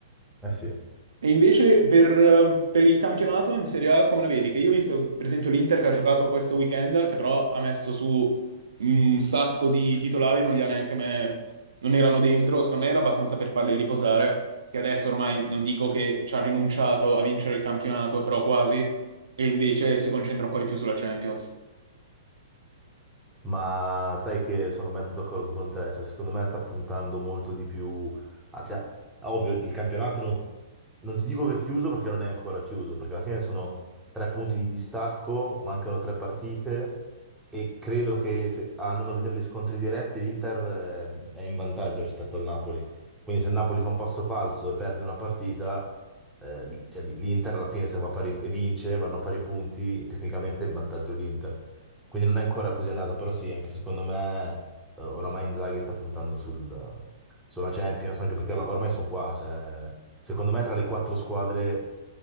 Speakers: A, in the centre; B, on the right.
A: Eh sì.
B: E invece per, per il campionato in Serie A come la vedi? Che io ho visto per esempio l'Inter che ha giocato questo weekend, che però ha messo su un sacco di titolari, non li ha neanche me, non erano dentro, secondo me era abbastanza per farli riposare, che adesso ormai non dico che ci ha rinunciato a vincere il campionato, però quasi, e invece si concentra un po' di più sulla Champions.
A: Ma sai che sono mezzo d'accordo con te, cioè secondo me sta puntando molto di più, ah, cioè, ovvio il campionato non, non ti dico che è chiuso perché non è ancora chiuso, perché alla fine sono tre punti di distacco, mancano tre partite e credo che se, andando a vedere gli scontri diretti l'Inter ehm, è in vantaggio rispetto al Napoli, quindi se il Napoli fa un passo falso e perde una partita, eh, l- cioè, l'Inter alla fine se va a pari, e vince, vanno a pari punti, tecnicamente è in vantaggio l'Inter. Quindi non è ancora così andato, però sì, anche secondo me eh, oramai Inzaghi sta puntando sul- sulla Champions, anche perché or- ormai sono qua, cioè, secondo me tra le quattro squadre